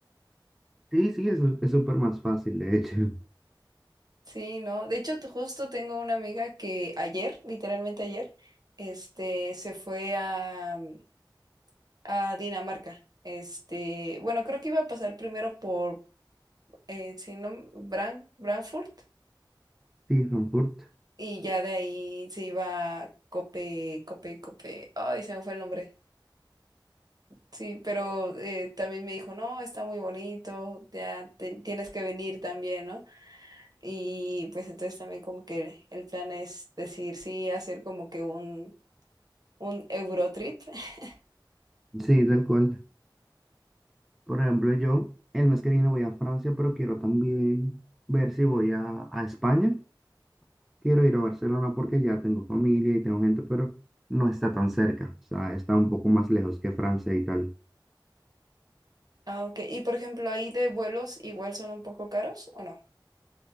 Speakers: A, in the centre; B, on the right (about 50°).
A: Sí, sí, eso es súper más fácil, de hecho. <laughs>
B: Sí, no. De hecho, t- justo tengo una amiga que ayer, literalmente ayer, este, se fue a, mm, a Dinamarca. Este, bueno, creo que iba a pasar primero por, eh, si no, m- Bran- Frankfurt,
A: Sí, Frankfurt.
B: y ya de ahí se iba a Cope, Cope, Cope. Ay, se me fue el nombre. Sí, pero eh, también me dijo, no, está muy bonito, ya te- tienes que venir también, ¿no? Y pues entonces también como que el plan es decir, sí, hacer como que un Un Eurotrip. <laughs>
A: Sí, tal cual. Por ejemplo, yo el mes que viene voy a Francia, pero quiero también ver si voy a, a España. Quiero ir a Barcelona porque ya tengo familia y tengo gente, pero no está tan cerca. O sea, está un poco más lejos que Francia y tal.
B: Ah, ok. Y por ejemplo, ahí de vuelos igual son un poco caros, ¿o no?